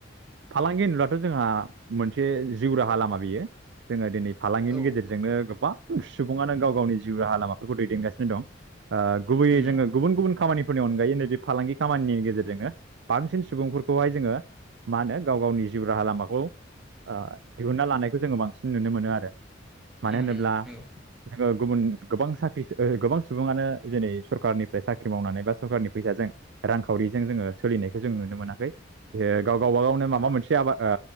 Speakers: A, on the right (about 65°); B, in the centre.
A: फालांगि होनबा थ' जोंहा मोनसे जिउ राहा लामा बियो जोङो दिनै फालांगिनि
B: औ
A: गेजेरजोंनो गोबां सुबुङानो गाव गावनि जिउ राहा लामाफोरखौ दैदेनगासिनो दं। ओ गुबैयै
B: औ उम
A: जोङो गुबुन गुबुन खामानि नि अनगायै नैबे फालांगि खामानिनि गेजेरजोंनो बांसिन सुबुंफोरखौहाय जोङो मा होनो गाव गावनि जिउ राहा लामाखौ ओ दिहुनना लानायखौ जोङो बांसिन नुनो मोनो आरो।
B: उम
A: मानो होनोब्ला
B: नंगौ
A: जोङो गुबुन गोबां साख्रि ओ गोबां सुबुङानो जेरै सरखारनिफ्राय साख्रि मावनानै बा सरखारनि फैसाजों रांखावरिजों जोङो सोलिनायखौ जों नुनो मोनाखै। ओ गाव गावबा गावनो माबा मोनसे आबाद ओ